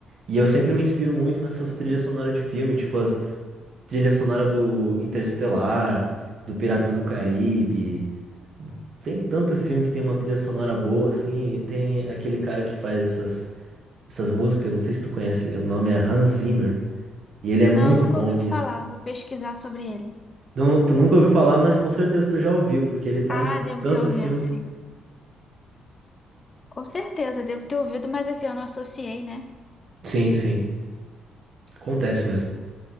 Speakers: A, on the right; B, on the left.
A: E eu sempre me inspiro muito nessas trilhas sonoras de filme, tipo as trilhas sonoras do Interestelar, do Piratas do Caribe, Tem tanto filme que tem uma trilha sonora boa, assim. Tem aquele cara que faz essas, essas músicas, não sei se tu conhece, o nome é Hans Zimmer, e ele é
B: Não,
A: muito
B: nunca
A: bom
B: ouvi
A: nisso.
B: falar. Vou pesquisar sobre ele.
A: Não, tu nunca ouviu falar, mas com certeza tu já ouviu, porque ele tá
B: Ah,
A: em
B: devo
A: tanto
B: ter ouvido,
A: filme.
B: sim. Com certeza, devo ter ouvido, mas assim, eu não associei, né?
A: Sim, sim, acontece mesmo.